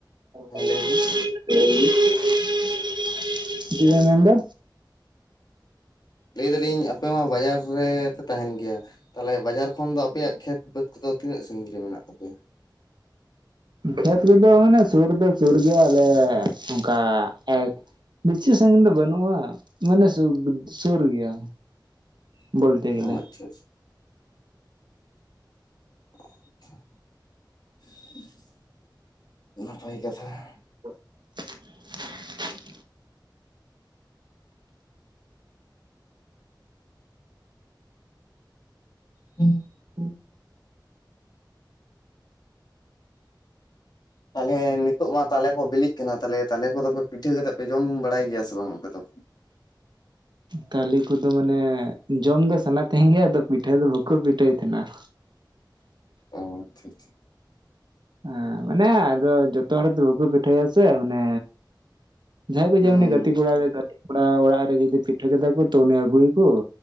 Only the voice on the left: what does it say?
ᱦᱮᱸ
ᱞᱟᱹᱭ ᱵᱤᱱ
ᱞᱮ ᱫᱟᱞᱤᱧ ᱟᱯᱮ ᱦᱚᱸ ᱵᱟᱡᱟᱨ ᱨᱮᱻᱯᱮ ᱛᱟᱦᱮᱱ ᱜᱮᱭᱟ? ᱛᱟᱦᱞᱮ ᱵᱟᱡᱟᱨ ᱠᱷᱚᱱ ᱫᱚ ᱟᱯᱮᱭᱟᱜ ᱠᱷᱮᱛ ᱵᱟᱹᱫᱽ ᱠᱚᱫᱚ ᱛᱤᱱᱟᱹᱜ ᱥᱟᱺᱜᱤᱧ ᱨᱮ ᱢᱮᱱᱟᱜ ᱛᱟᱯᱮᱭᱟ?
<inaudible>
ᱚ ᱟᱪᱪᱷᱟ ᱟᱪᱪᱷᱟ <unintelligible> ᱱᱟᱯᱟᱭ ᱠᱟᱛᱷᱟ᱾
ᱦᱮᱸ
ᱛᱟᱦᱞᱮ ᱱᱤᱛᱚᱜ ᱢᱟ ᱛᱟᱦᱚᱞᱮ <unintelligible> ᱵᱤᱞᱤᱜ ᱠᱟᱱᱟ, ᱛᱟᱦᱞᱮ ᱛᱟᱞᱮ ᱠᱚᱫᱚ ᱯᱮ ᱯᱤᱴᱷᱟᱹ ᱠᱟᱛᱮᱜ ᱯᱮ ᱡᱚᱢ ᱵᱟᱲᱟᱭ ᱜᱮᱭᱟ ᱥᱮ ᱵᱟᱝ ᱟᱯᱮ ᱫᱚ?
ᱚ ᱟᱪᱪᱷᱟ ᱟᱪᱪᱷᱟ
ᱦᱩᱸ